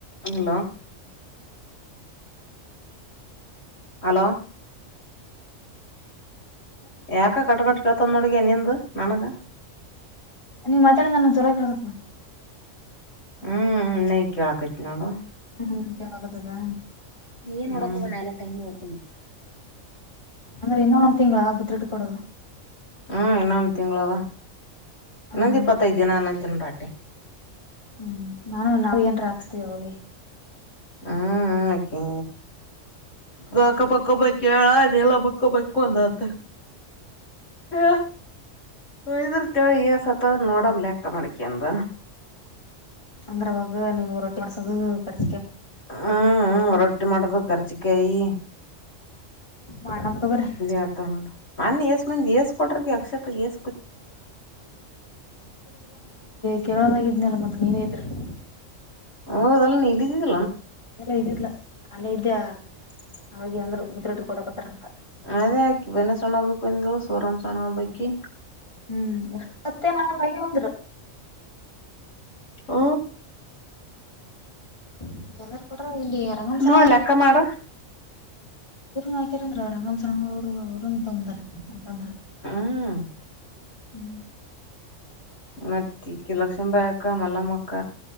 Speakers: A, on the left (about 70°); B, on the left (about 20°).
A: hello hello ಯಾಕ cut ಕಟ್ಕಳ್ತಂದ ನೋಡ್ಗೆ ನಿಂದು ನನ್ಗ
B: ನೀ ಮಾತಾಡೋ ನನ್ನ ಚೊರ ಕೇಳಕ
A: ಹ್ಮ್ ನೈ ಕೇಳ ಕಟ್ಟ ನೋಡು
B: ಹ್ಮ ಆಗದದಾ
A: ನೀ ಏನ್ ಮಾಡೋಡಕ ಬ ಎಲ್ಲ ಟೈಮ್ ಮೂಡ್ತಮ್ಮ
B: ಅಂದ್ರೆ ಇನ್ನೊ ಒಂದ್ ತಿಂಗಳ ಬತ್ಟ್ಕೊಡದು
A: ಹ್ಞ ಇನ್ನೊಂದು ತಿಂಗಳವಾ ಇನ್ನೊಂದು
B: ಹ್ಮ್
A: ಇಪ್ಪತ್ತೈದು ದಿನ ಅನ್ನಚನ್ ರಾಟಿ
B: ಹ್ಮ್ ನಾನು ನಾವು ಏನ್ರ ಹಾಕ್ಸ್ತೀವಿ ಅವೆ
A: ಹ್ಮ್ ಹ ಕೆ ಗಕ ಪಕ್ಕ ಬಳ ಕೇಳು ಎಲ್ಲ ಪಕ್ಕ ಬಕ ಬಂದ ಅತ್ತ ಹಾ ಹ ಇದತವ ಈ ಸತ ನೋಡಮ್ ಲೆಕ್ಕ ಮಾಡಡಕಿ ಅಂದ
B: ಅಂದ್ರವಾಗ ನಿಮ್ ರೊಟಿ ಮಾಡ್ಸೋದು ಕರಿ
A: ಹ್ಮ್ ರೊಟ್ಟಿ ಮಾಡುದು ಕರ್ಚಿಕಾಯಿ
B: ಮಾಡಮ್ ತಗೋರಿ
A: ಆತ ನೋಡ ನನ್ ಎಷ್ಟ ಮಂದಿ ಏಸ್ ಕೊಟ್ರಗೆ <unintelligible>
B: ಕೇರಳದಾಗಿದ್ನಲ್ಲ ಮತ್ತೆ ನೀವೇ ಇದ್ರಿಲ್ಲ
A: ಓ ತೆ <unintelligible> ನೀಲಿದ್ದ
B: ಎಲ್ಲ ಇದಿಲ್ಲ ಅಲ್ಲೇ ಇದ್ಯಾ ಅವಾಗ ಅಂದ್ರು ಗುದ್ರೊಟ್ಟ ಕೊಡಕತ್ರ ಅಂತ
A: ಅದೇ ಆಕಿ ಬೆನಸಣ್ಣ ಹಬೇಕು ಅಂದಳು ಸೋರಾಮ್ ಸಣ್ಣ ಹಬೇಕಿ
B: ಹ್ಮ್ ಅಷ್ಟ ಮತ್ತೆ ನನ್ನ ಮಗ ಒಂದರು
A: ಹೂ
B: ಮತ್ತ ಎಲ್ಲಾರ ಕೊಟ್ರ ಇಲ್ಲಿ ರಂಗಂಸನ
A: ನೋಡ್ ಲೆಕ್ಕ ಮಾಡ
B: ಹಾಕ್ಯರ್ಂದ್ರ ರಂಗಂ ಸ ಅವರು ಅವ್ರನ್ ತೊಂದ್ರ ಅಂತ ಅಂದ್ರ
A: ಹ್ಮ್
B: ಹ್ಮ್
A: ಮತ್ತೆ ಕಕ್ಕಿ ಲಕ್ಷ್ಮ ಬಾಯಿ ಅಕ್ಕ ಮಲ್ಲಮ್ಮಕ್ಕ